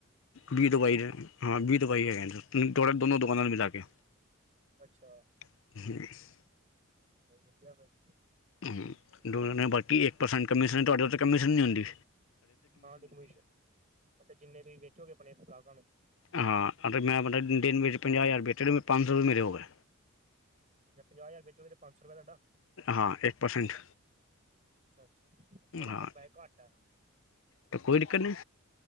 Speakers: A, on the left (about 60°); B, on the right (about 35°).
A: ਵੀਹ ਤੋਂ ਬਾਈ ਜਾਣੇਂ। ਹਾਂ ਵੀਹ ਤੋਂ ਬਾਈ ਹੈਗੇ ਨੇ ਦੋਨੋਂ ਦੁਕਾਨਾਂ ਮਿਲ਼ਾ ਕੇ।
B: ਅੱਛਾ।
A: <unintelligible>
B: ਹੋਰ ਵਧੀਆਂ ਬਸ।
A: ਹੂੰ ਦੋ ਜਾਣੇਂ ਬਾਕੀ ਇੱਕ ਪਰਸੈਂਟ ਕਮਿਸ਼ਨ, ਤੁਹਾਡੇ ਉੱਥੇ ਕਮਮੀਸ਼ਨ ਨੀਂ ਹੁੰਦੀਂ।
B: ਹਾਂ ਹਾਡੇ ਕਮਿਸ ਅੱਛਾ ਜਿੰਨੇ ਤੁਸੀਂ ਵੇਚੋਗੇ ਆਪਣੇ ਗ੍ਰਾਹਕਾਂ ਨੂੰ
A: ਹਾਂ ਮੈਂ ਮਤਲਬ ਦਿਨ ਵਿੱਚ ਪੰਜਾਹ ਹਜ਼ਾਰ ਵੇਚੇ ਤੇ ਪੰਜ ਸੌ ਰੁਪਏ ਮੇਰੇ ਹੋ ਗਏ।
B: ਜਾਂ ਪੰਜਾਹ ਹਜ਼ਾਰ ਵੇਚੋਗੇ ਤੇ ਪੰਜ ਸੌ ਰੁਪਏ ਤੁਹਾਡਾ।
A: ਹਾਂ ਇੱਕ ਪਰਸੈਂਟ।
B: ਅੱਛਾ, ਬੜਾਂ
A: ਹਾਂ
B: ਕੱਪਾ ਏਂ ਘੱਟ ਐ।
A: ਤਾਂ ਕੋਈ ਦਿੱਕਤ ਨੀਂ।